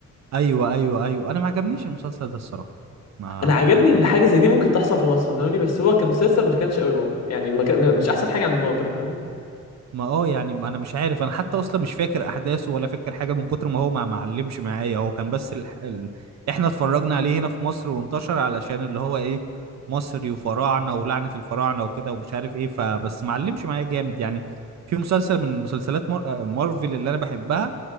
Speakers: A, on the right; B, on the left.
A: ايوه ايوه ايوه انا ما عجبنيش المسلسل ده الصراحة ما
B: انا عجبني
A: ما
B: ان حاجه زي دي ممكن تحصل في مصر فاهمني بس هو كمسلسل ما كانش قوي برضه يعني ما كان مش احسن حاجه عند مارفل فاهمني
A: ما اه يعني ما انا مش عارف انا حتى اصلا مش فاكر احداثه ولا فاكر حاجه من كتر ما هو ما معلمش معايا هو كان بس ال... ال... احنا اتفرجنا عليه هنا في مصر وانتشر علشان اللي هو ايه مصري وفراعنه ولعنه الفراعنه وكده ومش عارف ايه فبس معلمش معايا جامد يعني في مسلسل من مسلسلات مار... آه، مارفل اللي انا بحبها